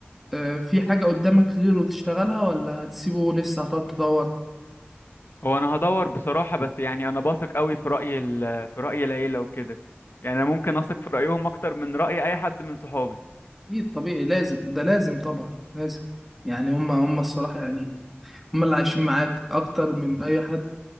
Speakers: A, in the centre; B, on the left.
A: آه، في حاجة قدامك غيره تشتغلها ولا هتسيبه لسه هتقعد تدور؟
B: هو انا هدور بصراحه بس يعني انا باثق قوي في راي ال... في راي العيله وكده يعني انا ممكن اثق في رايهم اكتر من راي اي حد من صحابي
A: أكيد طبيعي لازم ده لازم طبعا لازم يعني هما هما الصراحة يعني هما اللي عايشين معاك أكتر من أي حد